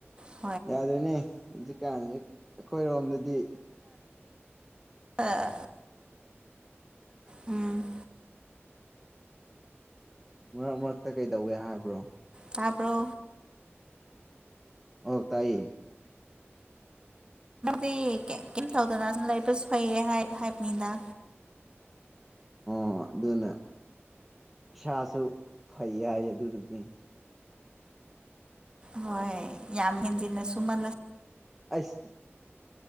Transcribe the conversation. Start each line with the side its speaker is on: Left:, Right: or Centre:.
Right: ꯑꯣ
Centre: ꯌꯥꯗ꯭ꯔꯦꯅꯦ ꯍꯧꯖꯤꯛꯀꯥꯟꯖꯦ ꯑꯩꯈꯣꯏꯔꯣꯝꯗꯗꯤ
Right: ꯑꯥ ꯎꯝ
Centre: ꯃꯔꯛ ꯃꯔꯛꯇ ꯀꯩꯗꯧꯋꯦ ꯍꯥꯏꯕ꯭ꯔꯣ
Right: ꯇꯥꯕ꯭ꯔꯣ
Centre: ꯑꯧ ꯇꯥꯏꯌꯦ
Right: <inaudible> ꯀꯤꯝ ꯇꯧꯗꯅ ꯁꯨꯝ ꯂꯩꯕꯁꯨ ꯐꯩꯌꯦ ꯍꯥꯏ ꯍꯥꯏꯕꯅꯤꯗ
Centre: ꯑꯣ ꯑꯗꯨꯅ ꯏꯁꯥꯁꯨ ꯐꯩ ꯍꯥꯏꯌꯦ ꯑꯗꯨꯗꯨꯗꯤ
Right: ꯍꯣꯏ ꯌꯥꯝ ꯍꯦꯟꯖꯤꯟꯅ ꯁꯨꯝꯃꯜꯂꯁ
Centre: ꯑꯁ